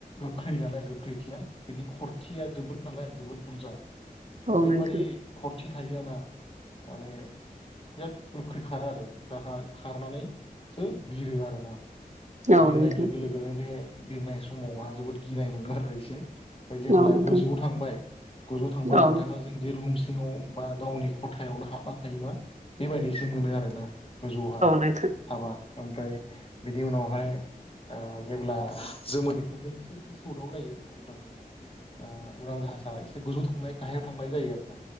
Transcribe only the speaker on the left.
गोखै् नालाय गोख्रैथिया बिनि खरथिया जोबोद नालाय जोबोद बुरजा
ओरैबादि
खरथि थायो <inaudible> माने बिराद गोख्रैखारो आरो गाहाय खारनानैसो बिरो आरोना।
बिरनाय
लोगो लोगो नो बे बिरनाय समावहा जोबोद गिनाय मोनो आरो एसे। ओमफ्राय जेब्ला
गोजौआव थांबाय गोजौआव थांबा
नोंथाङा
जोंदि रुम सिङाव बा गावनि खथायावनो हाबना थायो बा बेबायदिसो मोनो आरोना गोजौहा।
हाबा ओमफ्राय बिनि उनावहाय ओ जेब्ला जोमोरैफोरजों एसे एसे सौदाव लायो अब्लानिया ओ उरां जाहाजा एसे गोजौ थांलाय गाहायाव थांलाय जायो आरोना।